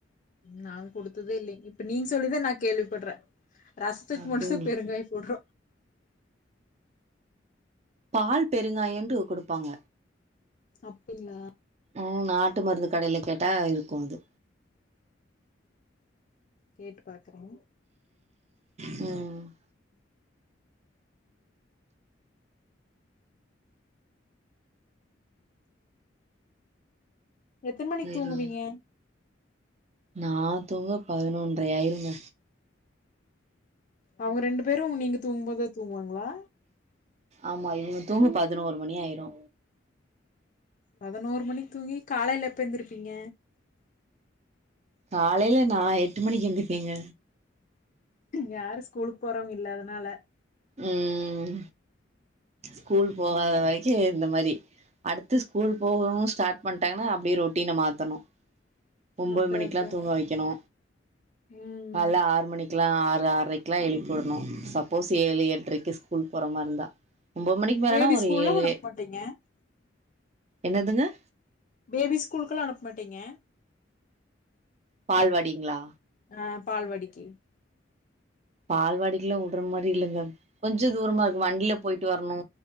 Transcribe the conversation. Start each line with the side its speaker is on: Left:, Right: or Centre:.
Left: நா குடுத்ததே இல்லங் இப்ப நீங்க சொல்லிதா நா கேள்வி படுற ரசத்துக்கு
Right: அப்டிங்களா
Left: மட்டு தா பெருங்காயே போடுவ
Right: பால் பெருங்காயம்டு ஒன்னு கொடுப்பாங்க.
Left: அப்டிங்களா
Right: ம் நாட்டு மருந்து கடையில கேட்டா இருக்கு இது
Left: கேட்டு பாக்குறே
Right: ம்
Left: எத்ன மணிக்கு
Right: சேரிங்க
Left: தூங்குவீங்க
Right: நா தூங்க பதினொன்றை ஆயிருங்க
Left: அவுங்க ரெண்டு பேரு நீங்க தூங்குபோதே தூங்குவாங்களா
Right: ஆமா இவுங்க தூங்க பதினோரு மணியயிரு
Left: பதினோரு மணிக்கு தூங்கி காலைல எப்போ ஏந்திருப்பீங்க
Right: காலைல நா எட்டு மணிக்கு ஏந்திருப்பேங்க
Left: யாரு ஸ்கூலுக்கு போறவங்க இல்ல அதுனால
Right: ம் ஸ்கூல் போகாத வரைக்கு இந்த மாரி அடுத்து ஸ்கூல் போகணு ஸ்டார்ட் பண்ணிட்டாங்கனா அப்டியே ரோடினா மாத்தணு ஒன்பது
Left: அதா
Right: மணிகொல்லா
Left: அதா
Right: தூங்க வைக்கணு
Left: ம்
Right: கால்ல ஆறு மணிக்கு ஆறு ஆறரைக்ககொல்லா எழுப்பிவுடணு சப்போஸ் ஏழு எட்டரைக்கு ஸ்கூல் போற மாரி இருந்தா ஒன்பது மணிக்கு மேலேனா
Left: பேபி
Right: ஒரு
Left: ஸ்கூல்லா
Right: ஏழு
Left: <unintelligible>
Right: என்னதுங்க
Left: பேபி ஸ்கூலுக்கொல்லா அனுப்ப மாட்டீங்க
Right: பால்வாடிங்களா
Left: ஆ பால்வாடிக்கு
Right: பால்வாடிகொல்லா விடுற மாரி இல்லங்க கொஞ்சோ தூரமா இருக்கு வண்டியில போயிட்டு வரணு